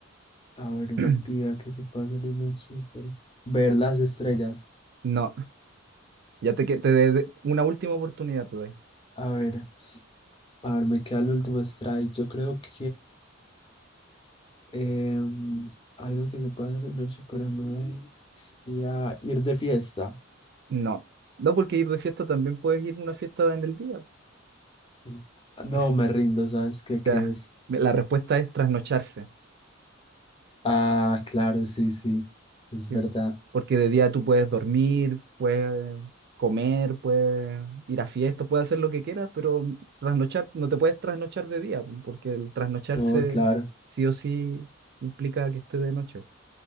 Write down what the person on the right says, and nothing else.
<clears throat>
no. Ya te, que- te de- una última oportunidad te doy.
No. No, porque ir de fiesta también puedes ir a una fiesta en el día.
Así-
Ya.
La respuesta es trasnocharse.
Sí,
bu. porque de día tú puedes dormir, puedes comer, puedes ir a fiestas, puedes hacer lo que quieras, pero trasnochar, no te puedes trasnochar de día, bu, porque el trasnocharse
sí o sí implica que esté de noche.